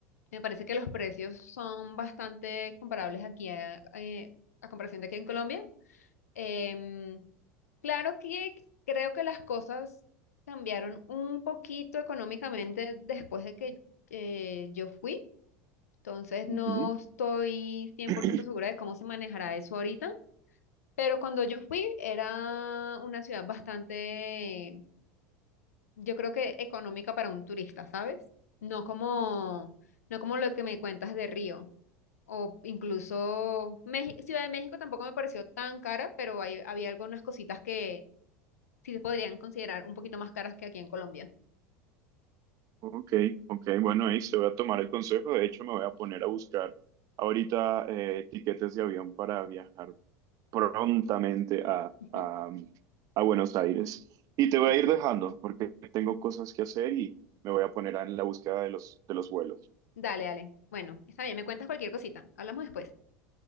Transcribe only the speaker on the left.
me parece que los precios son bastante comparables aquí a, eh, a comparación de aquí en Colombia. Em, Claro que creo que las cosas cambiaron un poquito económicamente después de que eh, yo fui, entonces
no estoy 100%
segura de cómo se manejará eso ahorita, pero cuando yo fui era una ciudad bastante, yo creo que económica para un turista, ¿sabes? No como, no como lo que me cuentas de Río. O incluso Meji- Ciudad de México tampoco me pareció tan cara, pero hay- había algunas cositas que sí se podrían considerar un poquito más caras que aquí en Colombia.
Ujú,
Listo.
Dale, dale. Bueno, está bien, me cuentas cualquier cosita. Hablamos después.